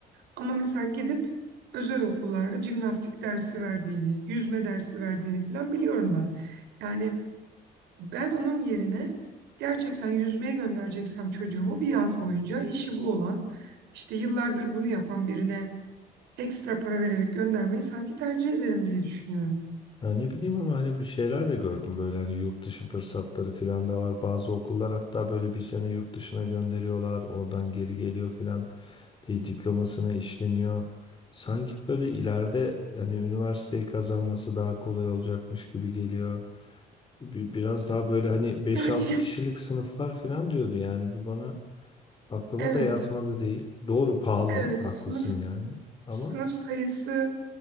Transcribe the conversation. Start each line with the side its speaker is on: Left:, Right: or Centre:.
Right: Ama mesela gidip özel okullarda jimnastik dersi verdiğini, yüzme dersi verdiğini falan biliyorum ben. Yani ben onun yerine gerçekten yüzmeye göndereceksem çocuğumu bir yaz boyunca işi bu olan, işte yıllardır bunu yapan birine ekstra para vererek göndermeyi sanki tercih ederim diye düşünüyorum.
Left: Ya ne bileyim ama hani bir şeyler de gördüm böyle hani yurt dışı fırsatları filan da var. Bazı okullar hatta böyle bir sene yurt dışına gönderiyorlar. Oradan geri geliyor filan. Bir diplomasına işleniyor. Sanki böyle ileride hani üniversiteyi kazanması daha kolay olacakmış gibi geliyor. Bir, biraz daha böyle hani beş
Right: Yani
Left: altı kişilik sınıflar filan diyordu yani. Bir bana aklıma
Right: evet,
Left: da yatmadı değil. Doğru pahalı
Right: evet
Left: haklısın
Right: sınıf
Left: yani. Ama
Right: sınıf sayısı